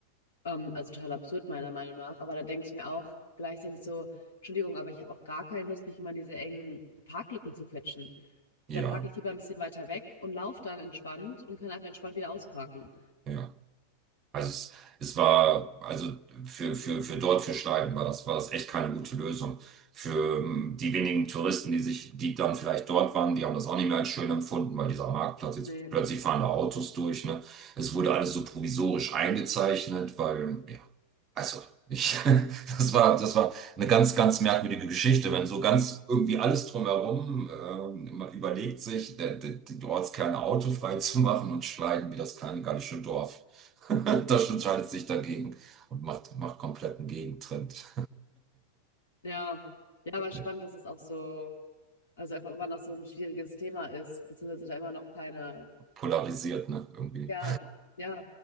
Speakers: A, on the left; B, on the right.
A: Ähm, also total absurd, meiner Meinung nach. Aber da denke ich mir auch gleichzeitig so, Entschuldigung, aber ich habe auch gar keine Lust, mich immer in diese engen Parklücken zu quetschen.
B: Ja,
A: Dann parke ich lieber ein bisschen weiter weg und laufe dann entspannt und kann nachher entspannt wieder ausparken.
B: ja. Also es, es war, also für, für, für dort, für Schneiden war das, war das echt keine gute Lösung. Für ähm, die wenigen Touristen, die sich, die dann vielleicht dort waren, die haben das auch nicht mehr als schön empfunden, weil dieser Marktplatz jetzt
A: Nee.
B: plötzlich fahren da Autos durch, ne? Es wurde alles so provisorisch eingezeichnet, weil ja, also, ich, <laughs> das war, das war eine ganz, ganz merkwürdige Geschichte, wenn so ganz irgendwie alles drumherum, ähm, man überlegt sich, der, der, die Ortskerne autofrei zu machen und schneiden wie das kleine gallische Dorf. <laughs> Das entscheidet sich dagegen und macht, macht kompletten Gegentrend.
A: Ja. Ja, aber spannend,
B: <laughs>
A: dass es auch so, also einfach immer noch so ein schwieriges Thema ist, beziehungsweise da immer noch keine,
B: Polarisiert, ne, irgendwie.
A: ja, ja.